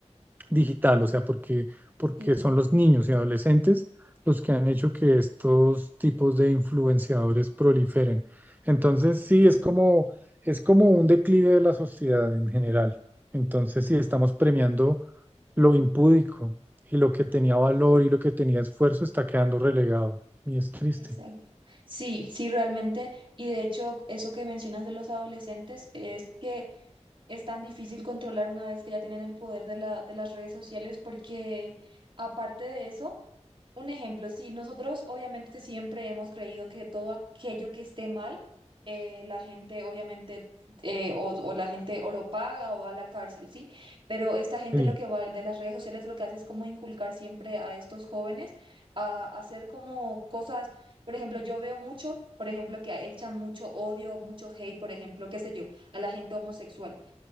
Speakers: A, on the right; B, on the right.
A: digital, o sea, porque, porque
B: sí.
A: son los niños y adolescentes los que han hecho que estos tipos de influenciadores proliferen. Entonces, sí, es como, es como un declive de la sociedad en general. Entonces, sí, estamos premiando lo impúdico y lo que tenía valor y lo que tenía esfuerzo está quedando relegado. Y es triste.
B: Exacto. Sí, sí, realmente. Y de hecho, eso que mencionas de los adolescentes es que es tan difícil controlar una vez que ya tienen el poder de la, de las redes sociales, porque aparte de eso, un ejemplo, si nosotros obviamente siempre hemos creído que todo aquello que esté mal, eh, la gente obviamente eh, o, o la gente o lo paga o va a la cárcel, ¿sí? Pero esta gente
A: Sí,
B: lo que va de las redes sociales lo que hace es como inculcar siempre a estos jóvenes a hacer como cosas, por ejemplo, yo veo mucho, por ejemplo, que echan mucho odio, mucho hate, por ejemplo, qué sé yo, a la gente homosexual.